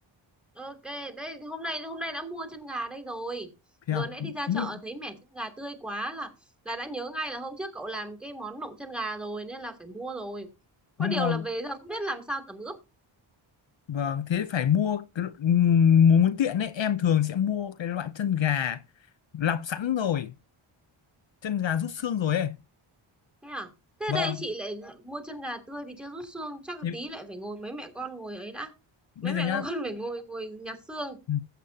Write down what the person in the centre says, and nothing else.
ok đây hôm nay hôm nay đã mua chân gà đây rồi
vừa
nãy đi ra
chợ thấy mẻ chân gà tươi quá là là đã nhớ ngay là hôm trước cậu làm cái món nộm chân gà rồi nên là phải mua rồi có
điều
là về giờ không biết làm sao tẩm ướp
thế à thế
đây chị lại mua chân gà tươi thì chưa rút xương chắc là
tí lại phải ngồi mấy mẹ con ngồi ấy đã
mấy mẹ
con <laughs> phải ngồi ngồi nhặt xương